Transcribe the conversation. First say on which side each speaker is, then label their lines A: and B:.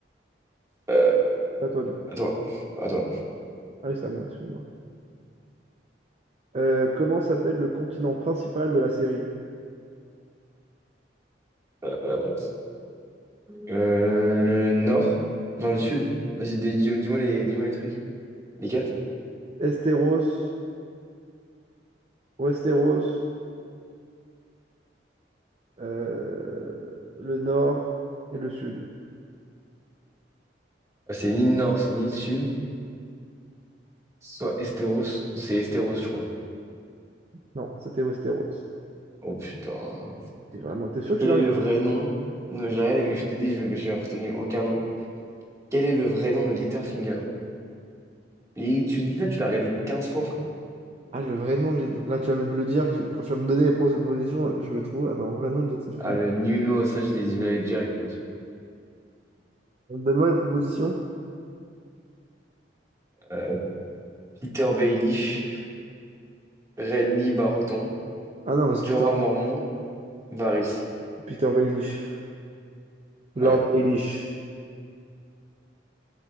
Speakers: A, on the right; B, on the right.
A: Euh,
B: À toi, du coup.
A: à toi. À toi.
B: Ah oui, c'est à moi, excuse-moi. Euh, comment s'appelle le continent principal de la série?
A: Euh, euh, le nord? Non, le sud. Vas-y, dis- dis- dis-moi les, dis-moi les trucs. Les quatre?
B: Esteros, Westeros, euh, le nord et le sud.
A: Ah, c'est ni le nord, c'est ni le sud. Soit Esteros, c'est Esteros, je crois.
B: Non, c'était Westeros.
A: Oh putain.
B: Et vraiment, t'es sûr que
A: Quel
B: tu l'as
A: est
B: regardé?
A: le vrai nom? Non, j'ai rien. mais je t'ai dit, je mais j'ai retenu aucun nom. Quel est le vrai nom de Littlefinger? Et tu dis ça, tu l'as regardé quinze fois, frère.
B: Ah, le vrai nom de l'é- Là, tu vas me le dire, je- quand tu vas me donner les propositions, je vais trouver. Attends, vrai nom de Little Fing.
A: Ah, le nulot, ça, je l'ai je l'avais direct, moi.
B: Donne-moi les propositions.
A: Euh, Peter Baelish, Renly Barreton,
B: Ah non, mais c'est
A: Jorah
B: Peter,
A: Mormont, Varys.
B: Peter Baelish. Lord
A: Ouais.
B: Baelish.